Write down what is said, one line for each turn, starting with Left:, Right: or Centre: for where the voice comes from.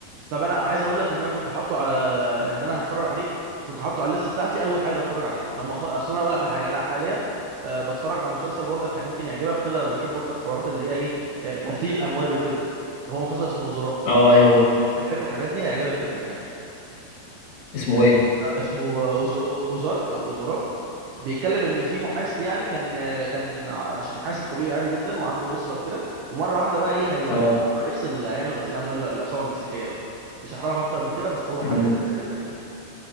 Right: طب انا عايز اقول لك ان انا كنت حاطه على ان انا هتفرج عليه كنت حاطه على الليست بتاعتي اول حاجه هتفرج عليها لما خ... اصل انا اقول لك على حاجه انا حاليا آه، بتفرج على مسلسل برضك ممكن يعجبك كده لو بتحب برضك حوارات اللي هي ايه آه، غسيل الاموال وكده هو مسلسل اسمه اوزراك
Left: اه
Right: ف...
Left: ايه هو
Right: لو بتحب الحاجات دي هيعجبك جدا يعني
Left: اسمه ايه
Right: اسمه أوزر- اوزارك او اوزوراك بيتكلم ان في محاسب يعني كان كان عش- محاسب طبيعي عادي جدا وعنده اسره وكده ومره واحده بقى ايه هي
Left: اه
Right: هيطمع فهيغسل هيعمل غسيل اموال للعصابه المكسيكيه بقى مش هحرقها اكتر من كده بس هو حاجه
Left: مم.
Right: جامده جدا يعني